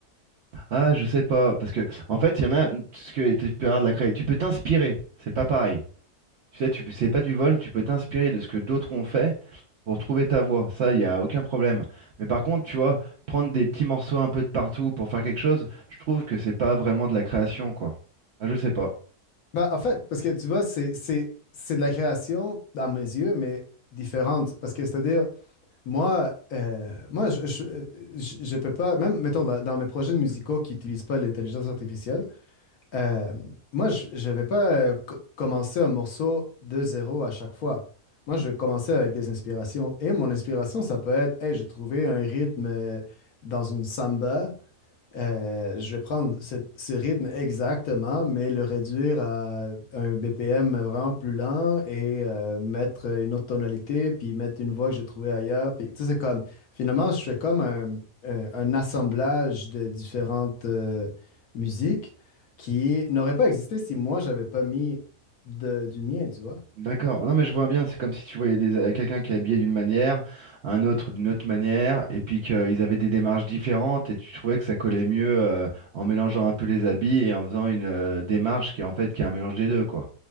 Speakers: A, on the right (about 65°); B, on the left (about 70°).
A: Ah, je sais pas, parce que en fait, il y en a, ce que tu peux avoir de la cré- tu peux t'inspirer, c'est pas pareil. Tu sais, tu, c'est pas du vol, tu peux t'inspirer de ce que d'autres ont fait pour trouver ta voie. Ça, il n'y a aucun problème. Mais par contre, tu vois, prendre des petits morceaux un peu de partout pour faire quelque chose, je trouve que c'est pas vraiment de la création, quoi. Ah, je sais pas.
B: Bah, en fait,
A: C'est-
B: parce que tu vois, c'est c'est c'est de la création, à mes yeux, mais différente. Parce que c'est-à-dire, Moi, euh, moi je, je, euh, je- je peux pas, même mettons dans, dans mes projets musicaux qui n'utilisent pas l'intelligence artificielle, euh, moi je, je vais pas euh, co- commencer un morceau de zéro à chaque fois. Moi je vais commencer avec des inspirations. Et mon inspiration, ça peut être, hey, j'ai trouvé un rythme euh, dans une samba. Euh, je vais prendre cette- ce rythme exactement, mais le réduire à un BPM vraiment plus lent et euh, mettre une autre tonalité, puis mettre une voix que j'ai trouvée ailleurs. Puis, tu sais, c'est comme, finalement, je fais comme un, un- un assemblage de différentes euh, musiques qui n'aurait pas existé si moi, j'avais pas mis de, du mien, tu vois.
A: D'accord. Non, mais je vois bien, c'est comme si tu voyais des- euh, quelqu'un qui est habillé d'une manière, un autre d'une autre manière, et puis qu'ils avaient des démarches différentes, et tu trouvais que ça collait mieux euh, en mélangeant un peu les habits et en faisant une euh, démarche qui est en fait qui est un mélange des deux, quoi.